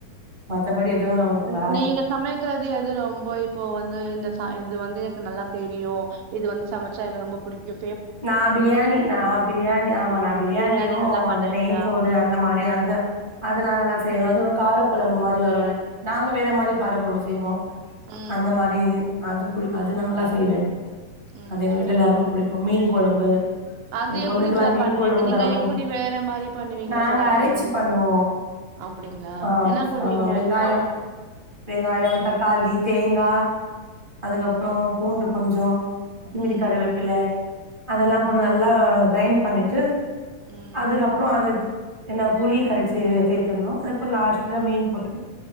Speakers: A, on the right; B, on the right.
A: மத்தப்படி எதுவு நம்மளுக்கு
B: ந-
A: வராது
B: நீங்க சமைக்கிறது எது ரொம்போ இப்போ வந்து இந்த ச இது வந்து எனக்கு நல்லா தெரியு இது வந்து சமச்சா எனக்கு ரொம்ப புடிக்கூ
A: நா பிரியாணி நா பிரியாணி ஆமா நா பிரியாணியோ
B: பிரியாணி நல்லா பண்ணுவீங்களா
A: அந்த நெய் சோறு அந்த மாரி
B: ஆ
A: வந் து அதெல்லா நல்லா செய்வ அதுவு காரக்கொழம்பு மாரி வரோ நாங்க வேற மாரி காரக்கொழம்பு செய்வோ
B: ம்
A: அந்த மாரி அது புடி அது நல்லா செய்வ
B: ம்
A: அது எங்க வீட்ட எல்லாருக்கோ புடிக் கோ மீன் கொழம்பு
B: அது
A: என் பொண்ணுக்குல்லா
B: எப்படி சார்
A: மீன்
B: பண்ணுவீங்க
A: கொழும்புதா
B: நீங்க
A: ரொம்ப
B: எப்படி
A: புடி
B: வேற மாரி பண்ணுவீங்க
A: நாங்க
B: கார
A: அரைச்சி
B: கொழம்பு
A: பண்ணுவோ
B: அப்டிங்களா
A: அ ஆம்
B: என்ன போடுவீங்க
A: ஆமா வெங்காயம்
B: அதுல
A: வெங்காயோ தக்காளி தேங்கா அதுக்கப்றோ
B: ம்
A: பூண்டு கொஞ்சோ கொத்தமல்லி
B: ம்
A: கருவேப்பிள்ள அதெல்லா போட்டு நல்லா கிரைண் பண்ணிட்டு
B: ம்
A: அதுக்கப் அப்றோ அது என்ன புளி கரச்சு சேத்திருன்னோ அதுக்கப்றோ லாஸ்ட்ல மீன் போட்டு